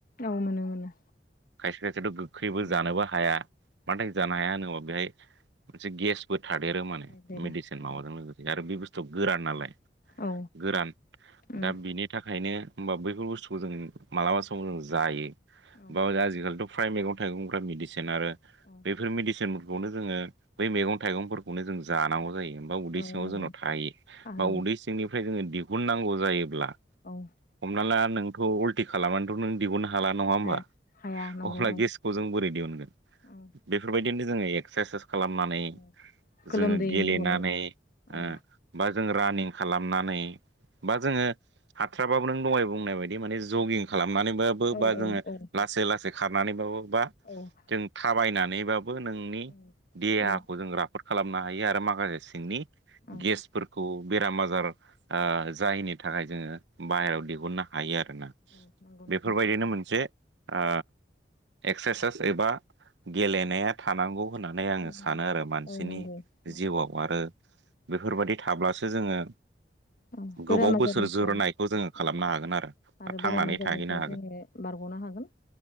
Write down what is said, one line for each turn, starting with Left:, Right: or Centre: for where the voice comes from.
Left: औ मोनो मोनो
Right: खायसे खायसेथ' गोखैबो
Left: औ
Right: जानोबो हा हाया। मानो थाखाय जानो हाया होनोबा बेहाय मोनसे गेसबो थादेरो माने
Left: देरो
Right: मेडिसिन माबाजों
Left: औ
Right: लोगोसे आरो बे बुस्थुवा गोरान नालाय।
Left: औ
Right: गोरान
Left: उम
Right: दा बिनि थाखायनो। होमबा बैफोर बुस्थुखौ जों मालाबा समाव जों जायो
Left: औ
Right: बा आजिखालिथ' फ्राय मैगं थाइगंफ्रा मेडिसिन आरो
Left: औ
Right: बेफोर मेडिसिन खौनो जोङो बै मैगं थाइगंफोरखौनो जों जानांगौ जायो। बा उदै
Left: औ
Right: सिङाव
Left: नंगौ
Right: जोंनाव थायो
Left: खाहैयो
Right: बा उदै सिंनिफ्राय जोङो दिहुननांगौ जायो ब्ला
Left: औ
Right: हमना ला नोंथ' उल्टि खालामनानैथ' नों दिहुननो हा हाला नङा हामबा
Left: हाया हाया नंगौ
Right: अब्ला
Left: औ
Right: गेखौ जों बोरै दिहुनगोन?
Left: औ
Right: बेफोरबाय बिदिनो जों एक्सारसाइस खालामनानै
Left: औ
Right: जो
Left: गोलोमदै
Right: गेलेनानै
Left: महराव औ
Right: ओ बा जों रानिं खालामनानै बा जोङो हाथ्राबाबो नों दहाय बुंनाय बायदि माने जगिं खालामनानैबाबो
Left: औ
Right: बा जोङो
Left: औ
Right: लासै लासै खारनानैबाबो बा
Left: औ।
Right: जों थाबायनानैबाबो नोंनि
Left: औ
Right: देहाखौ
Left: औ
Right: जों राफोद खालामना हायो आरो माखासे सिंनि
Left: औ
Right: गेसफोरखौ बेराम आजार। आ जायिनि थाखाय जोङो। बाहेरायाव दिहुननो हायो आरोना
Left: औ नंगौ
Right: बेफोर
Left: नंगौ
Right: बायदिनो मोनसे आ। एक्सारसाइस एबा गेलेनाया थानांगौ होननानै आङो
Left: थानांगौ
Right: सानो आरो मानसिनि
Left: औ नंगौ नंगौ
Right: जिउआव आरो बेफोर बादि थाब्लासो जोङो
Left: औ
Right: गोबाव
Left: बेराम आजारनिफ्राय
Right: बोसोर जोरनायखौ जोङो
Left: औ
Right: खालामनो हागोन
Left: आरो
Right: थांनानै
Left: बेराम आजारनिफ्राय
Right: थाहैनो हागोन
Left: जोङो बारग'नो हा हागोन